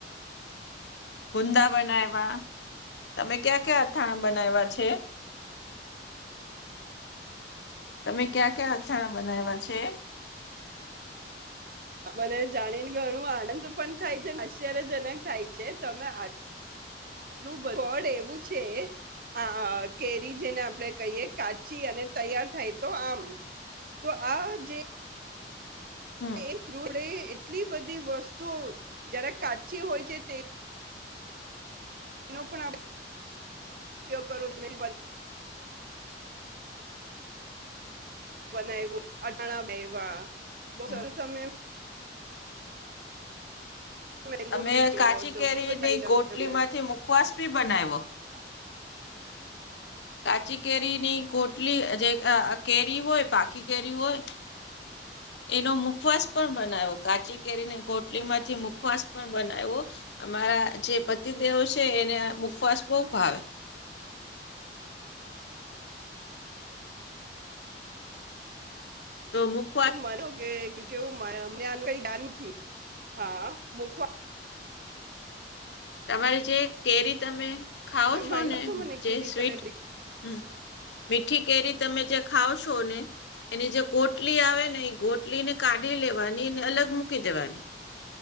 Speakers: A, on the left (about 85°); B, on the right (about 55°).
A: હુંદા બનાઇવા, તમે ક્યાં કયા અથાણા બનાઇવા છે?
B: <inaudible>
A: તમે ક્યાં ક્યા અથાણા બનાઇવા છે?
B: મને જાણીને ઘણું આનંદ પણ થાય છે, આશ્ચર્યજનક થાય છે તમે આ ટલું બ <unintelligible> પણ એવું છે આ આ આ કેરી જેને આપણે કહીએ કાચી અને તૈયાર થાય તો આમ તો આ જે
A: હમ
B: એ ફૂડ એ એટલી બધી વસ્તુઓ જરા કાચી હોય છે તે એનો પણ આપણે <unintelligible> ઉપયોગ કરવો <unintelligible> બનાઈવુ, અથાણા બાયવા, બો
A: હમ
B: સ તમે મેંગો
A: અમે
B: મિલ્ક બનાવો
A: કાચી
B: છો
A: કેરીની
B: ઘણી બધી આઈટમ
A: ગોટલી માંથી મુખવાસ બી બનાઇવો.
B: આસી બનાઇવો?
A: કાચી કેરીની ગોટલી જે અ અ કેરી હોય પાકી કેરી હોય એનો મુખવાસ પણ બનાઇવો કાચી કેરીને ગોટલીમાંથી મુ ખવાસ પણ બનાઇવો. અમારા જે પતિદેવો છે એને મુખવાસ બહુ ભાવે.
B: પાસબુક <inaudible>
A: તો મુક
B: તો મને કેવું કે કેવું કે મને આનું કઈ યાદ નથી હા મુખવા
A: તમારી જે કેરી તમે ખાવ છો
B: માહિતી
A: ને
B: આપશો મને
A: જે
B: કેવી રીતે
A: સ્વીટ
B: આપણે હા. ઠંડી છે
A: હમ્મ, મીઠી કેરી તમે જે ખાવ છો ને એની જે ગોટ લી આવે ને એ ગોટલી ને કાઢી લેવાની ને અલગ મૂકી દેવાની.